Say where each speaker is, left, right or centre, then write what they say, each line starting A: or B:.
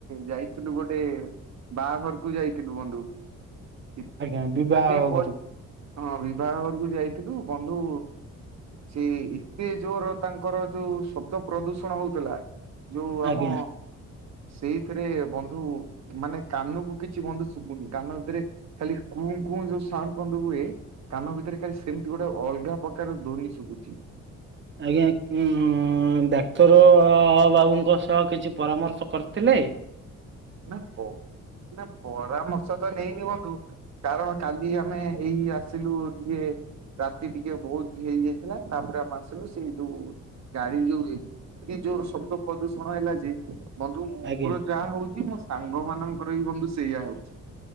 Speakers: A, on the right; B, on the right.
A: ଯାଇଥିଲୁ ଗୋଟେ ବାହାଘରକୁ ଯାଇଥିଲୁ ବନ୍ଧୁ ଏତେ
B: ଆଜ୍ଞା ବିବାହ
A: ପ
B: ଘରକୁ
A: ହଁ ବିବାହ ଘରକୁ ଯାଇଥିଲୁ ବନ୍ଧୁ ସେ ଏତେ ଜୋର ତାଙ୍କର ଯୋଉ ଶବ୍ଦ ପ୍ରଦୂଷଣ ହୋଉଥୁଲା। ଯୋଉ ଆମ
B: ଆଜ୍ଞା
A: ସେଇଥିରେ ବନ୍ଧୁ ମାନେ କାନୁକୁ କିଛି ବନ୍ଧୁ ଶୁଭୁନି କାନ ଭିତରେ ଖାଲି କୁଁ କୁଁ ଯୋଉ ସାଉଣ୍ଡ ବନ୍ଧୁ ହୁଏ। କାନ ଭିତରେ କାଲି ସେମିତି ଗୋଟେ ଅଲ୍ଗା ପ୍ରକାର ଧୋନୀ ଶୁଭୁଛି।
B: ଆଜ୍ଞା ଉଁ ଡାକ୍ତର ବାବୁଙ୍କ ସହ କିଛି ପରାମର୍ଶ କରିଥିଲେ?
A: ନା ପ ନା ପରାମର୍ଶ ତ ନେଇନି ବନ୍ଧୁ। କାରଣ କାଲି ଆମେ ଏଇ ଆସିଲୁ ଟିକେ ରାତି ଟିକେ ବୋହୁତ୍ ହେଇଯାଇଥିଲା ତାପରେ ଆମେ ଆସିଲୁ ସେ ଯୋଉ ଗାଡି ଯୋଉ ଏ ଯୋଉ ଶବ୍ଦ ପ୍ରଦୂଷଣ ହେଲା ଯେ ବନ୍ଧୁ ମୋର
B: ଆଜ୍ଞା।
A: ଯାହା ହୋଉଚି ମୋ ସାଙ୍ଗ ମାନଙ୍କର ବି ବନ୍ଧୁ ସେଇୟା ହୋଉଚି